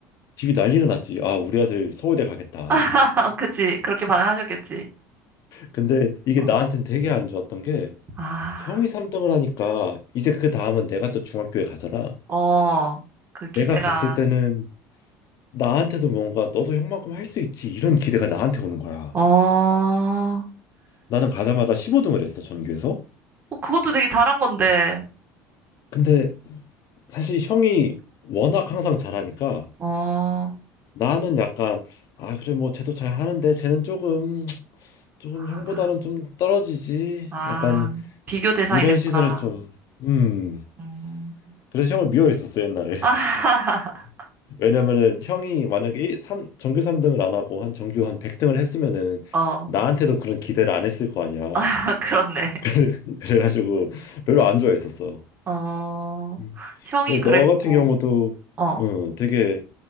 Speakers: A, on the left; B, on the right.
A: 집이 난리가 났지. 아, 우리 아들 서울대 가겠다.
B: <laughs> 그치. 그렇게 반응하셨겠지.
A: 근데 이게
B: 어,
A: 나한텐 되게 안 좋았던 게
B: 아.
A: 형이 3등을 하니까 이제 그 다음은 내가 또 중학교에 가잖아.
B: 어, 그 기대감.
A: 내가 갔을 때는 나한테도 뭔가 너도 형만큼 할 수 있지 이런 기대가 나한테 오는 거야.
B: 어, 어,
A: 나는 가자마자 15등을 했어 전교에서.
B: 그것도 되게 잘한 건데.
A: 근데 사실 형이 워낙 항상 잘하니까
B: 어, 아,
A: 나는 약간 아 그래 뭐 쟤도 잘 하는데 쟤는 조금 조금
B: 아,
A: 형보다는 좀 떨어지지
B: 아,
A: 약간
B: 비교 대상이
A: 이런
B: 됐구나.
A: 시선을 좀 음.
B: 음.
A: 그래서 형을 미워했었어 옛날에.
B: 아, <laughs>
A: <laughs> 왜냐면은 형이 만약에 일- 삼 전교 3등을 안 하고 한 전교 한 100등을 했으면은
B: 어,
A: 나한테도 그런 기대를 안 했을 거 아니야.
B: <laughs> 그렇네.
A: <laughs> 그래가지고 별로 안 좋아했었어.
B: 어,
A: 음.
B: 형이
A: 근데
B: 그랬고,
A: 너 같은 경우도
B: 어,
A: 어, 되게